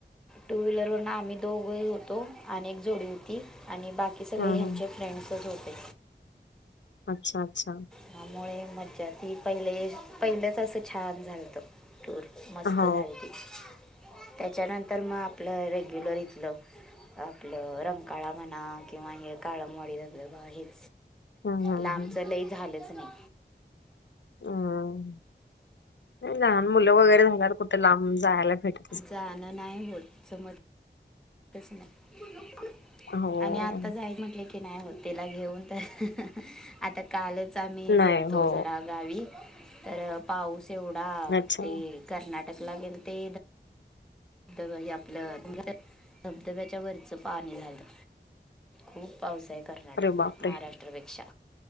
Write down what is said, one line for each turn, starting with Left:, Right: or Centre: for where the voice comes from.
Centre: टू व्हीलर वरन आम्ही दोघ होतो आणि एक जोडी होती आणि बाकी सगळे
Left: हम्म
Centre: ह्यांचे.
Left: हम्म.
Centre: फ्रेंड्सच होते.
Left: अच्छा अच्छा.
Centre: त्यामुळे मज्जा ती पहिले पहिलंच असं छान झालत. टूर मस्त
Left: हो
Centre: झाली ती त्याच्यानंतर मग आपलं रेग्युलर इथलं. आपलं रंगकाळा म्हणा किंवा हे काळमडी बबा हेच.
Left: हम्म हम्म
Centre: लांबचं
Left: हम्म.
Centre: लय झालंच नाही.
Left: हम नाही लहान मुलं वगैरे झाल्यावर कुठे लांब जायला फेट
Centre: जाणं नाही होत समज नाही
Left: हो
Centre: आणि आता जायच म्हटले क की नाही हो तिला घेऊन तर. आता कालच आम्ही
Left: नाही
Centre: गेलतो
Left: हो
Centre: जरा गावी तर पाऊस तेवढा
Left: अच्छा
Centre: ते कर्नाटकला गेल ते धबधब हे आपलं धबधब्याच्या वरच पाणी झालं. खूप पाऊस आहे कर्नाटकला
Left: अरे बापरे
Centre: महाराष्ट्रापेक्षा.